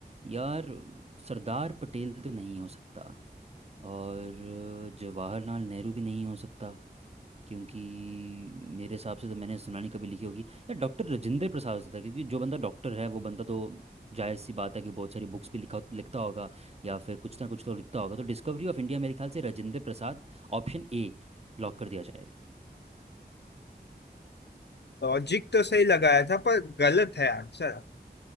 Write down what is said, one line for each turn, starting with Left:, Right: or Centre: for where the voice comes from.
Right: यार सरदार पटेल तो नहीं हो सकता और जवाहरलाल नेहरू भी नहीं हो सकता क्योंकि मेरे हिसाब से तो मैंने सुना नहीं कभी लिखी होगी या डॉक्टर राजेंद्र प्रसाद हो सकता है क्योंकि जो बंदा डॉक्टर है वो बंदा तो जायज़ सी बात है कि बहुत सारी बुक्स भी लिखा लिखता होगा या फिर कुछ ना कुछ तो लिखता होगा तो डिस्कवरी ऑफ इंडिया मेरे ख्याल से Rajendra Prasad option A lock कर दिया जाए
Left: लॉजिक तो सही लगाया था पर गलत है आंसर